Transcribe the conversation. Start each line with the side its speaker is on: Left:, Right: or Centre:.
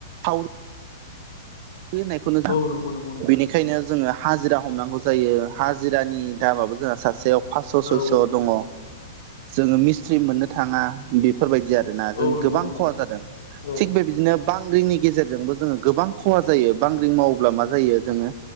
Right: साव रि होननायखौनोजा
Left: औ नंगौ नंगौ नोंथां
Right: बेनिखायनो बेखायनो जोङो हाजिरा हमनांगौ जायो हाजिरानि दामाबो जोंहा सासेयाव फास्स'
Left: औ
Right: सयस' दङ, जोङो मिस्थ्रि मोननो थाङा बेफोरबायदि आरो। ना जों
Left: औ नंगौ
Right: गोबां
Left: नंगौ
Right: खहा
Left: नोंथां
Right: जादों।
Left: औ
Right: थिग बेबायदिनो बां रिंनि गेजेरजोंबो जोङो गोबां खहा जायो बांग्रिं मावोब्ला मा जायो जोङो